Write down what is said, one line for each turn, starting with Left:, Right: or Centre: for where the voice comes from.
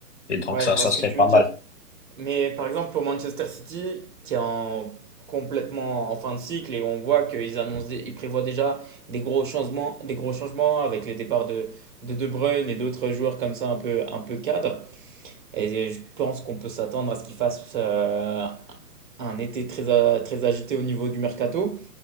Left: Et donc,
Right: ouais,
Left: ça,
Right: je vois
Left: ça
Right: ce
Left: serait
Right: que tu
Left: pas
Right: veux dire.
Left: mal.
Right: Mais par exemple, pour Manchester City, qui est en- complètement en fin de cycle et on voit qu'ils annoncent, des- ils prévoient déjà des gros changements, des gros changements avec les départs de, de De Bruyne et d'autres joueurs comme ça un peu, un peu cadres. Et je pense qu'on peut s'attendre à ce qu'ils fassent euh, un été très, a- très agité au niveau du mercato.